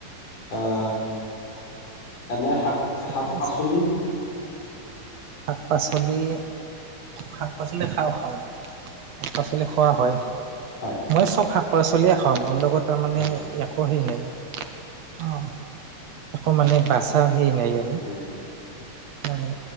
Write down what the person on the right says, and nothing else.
ঠিকে
শাক-পাচলি, শাক-পাচলি খাওঁ খাওঁ, শাক-পাচলি খোৱা হয়।
মই চব শাক পাচলিয়ে খাওঁ মোৰ লগত তাৰ মানে
একো সেই নাই অ একো মানে বাচা সেই নাই আৰু
মানে